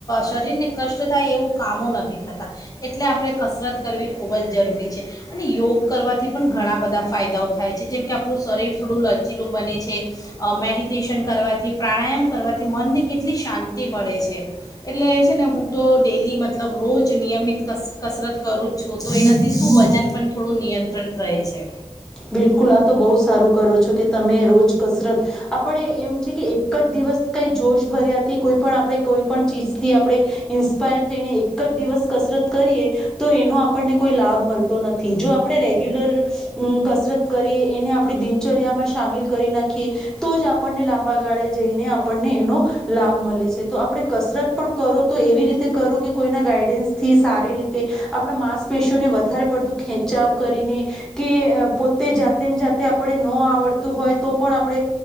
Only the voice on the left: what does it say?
શરીરને કષ્ટ થાય એવું કામો નથી થતા. એટલે આપણે કસરત કરવી ખૂબ જ જરૂરી છે. અને યોગ કરવાથી પણ ઘણા બધા ફાયદાઓ થાય છે જેમ કે આપણું શરીર થોડું લચીલું બને છે. અં મેડિટેશન કરવાથી પ્રાણાયામ કરવાથી મનને કેટલી શાંતિ મળે છે. એટલે છે ને હું તો ડેલી મતલબ રોજ નિયમિત કસ કસરત કરું જ છું, તો એનાથી શું વજન પણ થોડું નિયંત્રણ રહે છે.